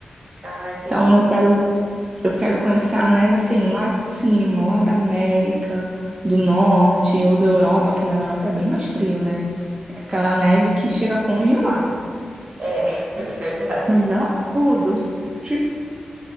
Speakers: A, on the right; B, on the right.
A: Ah, entendi.
B: Então eu quero, eu quero conhecer a neve assim, lá de cima, lá da América do Norte ou da Europa, que na Europa é bem mais frio, né? É Aquela neve que chega a congelar.
A: É, <laughs> é verdade.
B: Congelar tudo. <laughs>